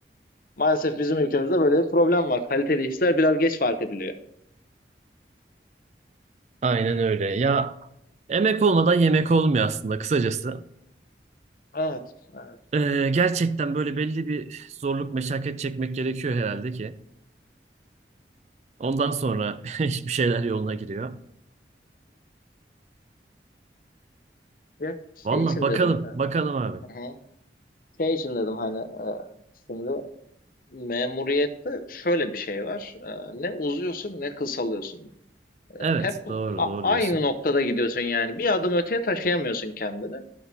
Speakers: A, on the left; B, on the right.
A: Maalesef bizim ülkemizde böyle bir problem var. Kaliteli işler biraz geç fark ediliyor.
B: Aynen öyle. Ya emek olmadan yemek olmuyor aslında kısacası.
A: Evet. evet.
B: Ee, gerçekten böyle belli bir zorluk, meşakkat çekmek gerekiyor herhalde ki. Ondan sonra <laughs> hiçbir şeyler yoluna giriyor.
A: Ya şey
B: Valla
A: için
B: bakalım,
A: dedim.
B: bakalım abi.
A: Hı hı. Şey için dedim hani e, şimdi memuriyette şöyle bir şey var. E, ne uzuyorsun ne kısalıyorsun. E,
B: Evet,
A: hep
B: doğru,
A: a-
B: doğru
A: aynı
B: diyorsun.
A: noktada gidiyorsun yani. Bir adım öteye taşıyamıyorsun kendini.